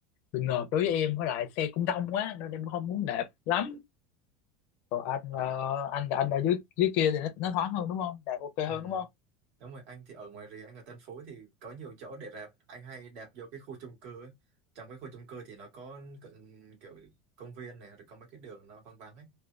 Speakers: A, on the left; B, on the right.
A: bị ngợp đối với em với lại xe cũng đông quá nên em không muốn đạp lắm Còn anh
B: Ờ.
A: uh, anh anh ở dưới dưới kia thì nó, nó thoáng hơn đúng không? Đạt ok
B: Ừ.
A: hơn đúng không?
B: Đúng rồi, anh thì ở ngoài rìa, anh ở Tân Phú thì có nhiều chỗ để đạp. Anh hay đạp vô cái khu chung cư ấy. Trong cái khu chung cư thì nó có cự- kiểu công viên này, rồi có mấy cái đường nó vắng vắng ấy.